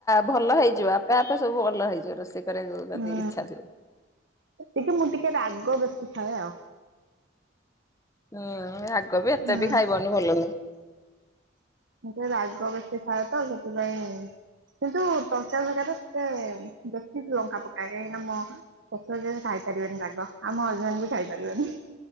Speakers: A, on the left (about 15°); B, on the right (about 75°).
A: ଭଲ ହେଇଯିବ ଆପେ ଆପେ ସବୁ ଭଲ ହେଇଯିବ। ରୋଷେଇ କରିବାକୁ ଯଦି
B: ହୁଁ
A: ଇଚ୍ଛା ଥିବ।
B: ଟିକେ ମୁଁ ଟିକେ ରାଗ ବେଶୀ ଖାଏ ଆଉ।
A: ହୁଁ ରାଗ ବି ଏତେ
B: ହୁଁ
A: ବି ଖାଇବନି ଭଲ ନୁହଁ।
B: ମୁଁ ରାଗ ବେଶୀ ଖାଇ ତ ସେଥିପାଇଁ କିନ୍ତୁ ତଞ୍ଚା ଭାଗା ଟ ଟତେ ବେଶୀ ଲଙ୍କା ପକାଏ। ଖାଇପାରିବେନି ରାଗ। ଆମ ହଜବେଣ୍ଡ କୁ ଖାଇପାରିବନି।